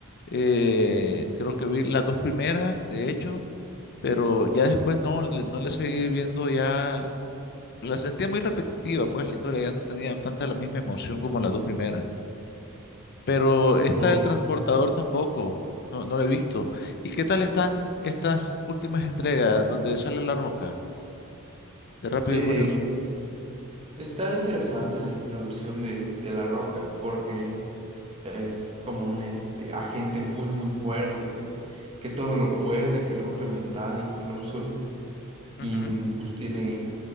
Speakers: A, on the left (about 45°); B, on the right (about 25°).
A: eh, creo que vi las dos primeras, de hecho, pero ya después no, le- no le seguí viendo ya. La sentía muy repetitiva, pues la historia ya no tenía tanta la misma emoción como las dos primeras. Pero esta
B: no.
A: del transportador tampoco, no, no la he visto. ¿Y qué tal están estas últimas entregas donde sale La Roca de Rápido
B: Em,
A: y Furioso?
B: está interesante la introducción de, de La Roca porque o sea, es como un este, agente muy, muy fuerte que, que todo lo puede, que rompe metal incluso y,
A: Ujú,
B: y, pues tiene,